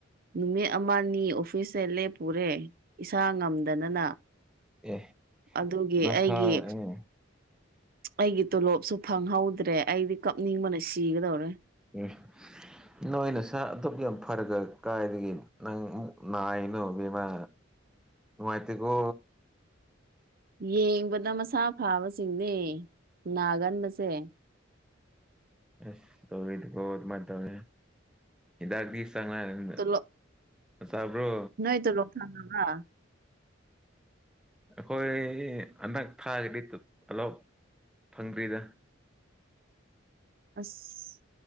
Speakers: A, on the right; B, in the centre.
A: ꯅꯨꯃꯤꯠ ꯑꯃ ꯑꯅꯤ ꯑꯣꯐꯤꯁꯇꯦ ꯂꯦꯞꯄꯔꯦ ꯏꯁꯥ ꯉꯝꯗꯅꯅ
B: ꯑꯦ
A: ꯑꯗꯨꯒꯤ
B: ꯅꯁꯥ
A: ꯑꯩꯒꯤ
B: ꯑꯦ
A: ꯑꯩꯒꯤ ꯇꯣꯂꯣꯞꯁꯨ ꯐꯪꯍꯧꯗ꯭ꯔꯦ ꯑꯩꯗꯤ ꯀꯞꯅꯤꯡꯕꯅ ꯁꯤꯒꯗꯧꯔꯦ
B: ꯎꯝ <unintelligible> ꯅꯣꯏ ꯅꯁꯥ ꯑꯗꯨꯛ ꯌꯥꯝ ꯐꯔꯒ ꯀꯥꯏꯗꯒꯤ ꯅꯪ ꯑꯃꯨꯛ ꯅꯥꯏꯅꯣ ꯏꯕꯦꯝꯃ꯫ ꯅꯨꯉꯥꯏꯇꯦꯀꯣ
A: ꯌꯦꯡꯕꯗ ꯃꯁꯥ ꯐꯥꯕꯁꯤꯡꯗꯦ ꯅꯥꯒꯟꯕꯖꯦ
B: ꯑꯁ <unintelligible> ꯍꯤꯗꯥꯛꯇꯤ <unintelligible>
A: ꯇꯣꯂꯣꯞ
B: ꯆꯥꯕ꯭ꯔꯣ
A: ꯅꯣꯏ ꯇꯣꯂꯣꯞ ꯐꯪꯉꯕ
B: ꯑꯩꯈꯣꯏ ꯍꯟꯗꯛ ꯊꯥꯒꯤꯗꯤ ꯇꯣꯂꯣꯞ ꯐꯪꯗ꯭ꯔꯤꯗ
A: ꯑꯁ